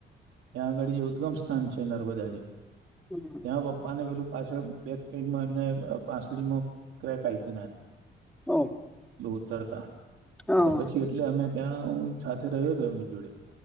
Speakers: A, on the right (about 85°); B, in the centre.
A: ત્યાં આગળ જે ઉદ્ગમસ્થાન છે, નર્મદામ
B: હમ
A: ત્યાં પપ્પા ને પેલું પાછળ બેક સાઈડમાં એમને પાસળમાં ક્રેક આ નાની
B: ઓ
A: પેલું ઉતરતા
B: હા
A: તો પછી એટલે અમે ત્યાં હું સાથે રહ્યો હતો એમની જોડે